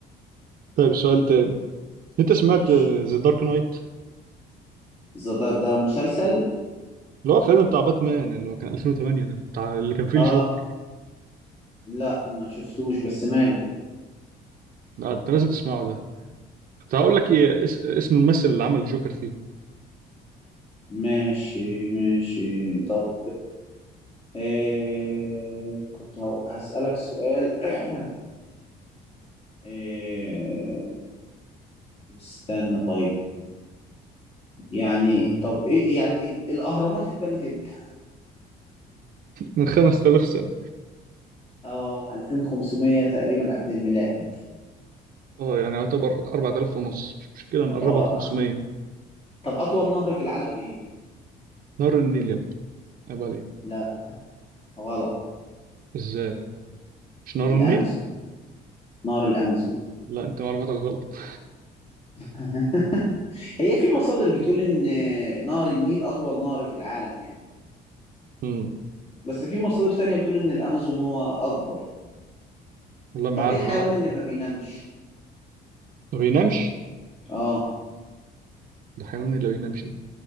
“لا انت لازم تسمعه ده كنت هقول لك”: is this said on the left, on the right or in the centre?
Right